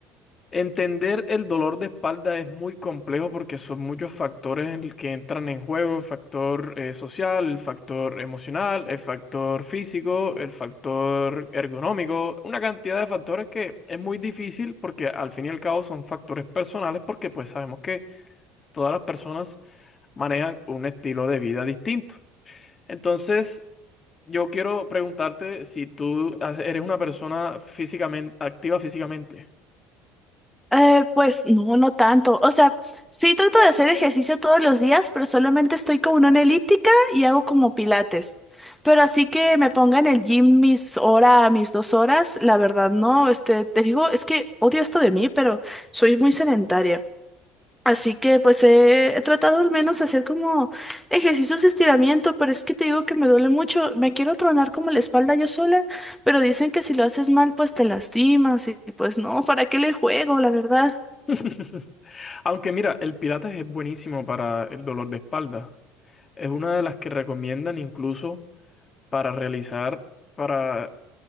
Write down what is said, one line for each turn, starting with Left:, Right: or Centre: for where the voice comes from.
Left: Entender el dolor de espalda es muy complejo porque son muchos factores en el que entran en juego, el factor eh, social, el factor emocional, el factor físico, el factor ergonómico, una cantidad de factores que es muy difícil porque al fin y al cabo son factores personales porque pues sabemos que todas las personas manejan un estilo de vida distinto. Entonces, yo quiero preguntarte si tú has- eres una persona físicamente activa físicamente.
Centre: Eh, pues no, no tanto. O sea, sí trato de hacer ejercicio todos los días, pero solamente estoy como en una elíptica y hago como pilates. Pero así que me ponga en el gym mis hora, mis dos horas, la verdad no. Este, te digo, es que odio esto de mí, pero soy muy sedentaria. Así que pues he, he tratado al menos hacer como ejercicios de estiramiento, pero es que te digo que me duele mucho. Me quiero tronar como la espalda yo sola, pero dicen que si lo haces mal, pues te lastimas y pues no, ¿para qué le juego, la verdad?
Left: <laughs> Aunque mira, el Pilates es buenísimo para el dolor de espalda. Es una de las que recomiendan incluso para realizar, para